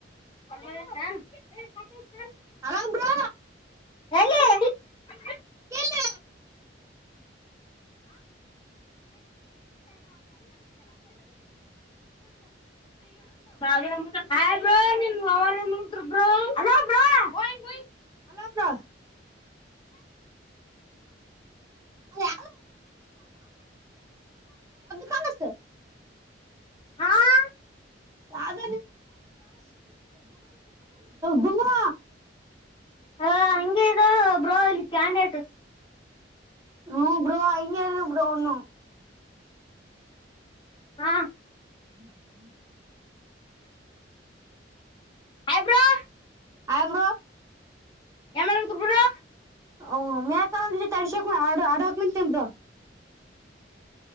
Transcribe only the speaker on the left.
ರಾಮ <unintelligible>
ಹೇಳ ಹೇಳ
<unintelligible> ಸಸ <unintelligible>
ಹಾ <unintelligible>
ಹ ಹಂಗ ಬ್ರೋ ಕ್ಯಾನ್ಟ.
ಹಾ
ಹಬ್ರಾ <unintelligible>
ಏನ್ ಮಾಡ ತು ಬಿ <unintelligible> ರಾ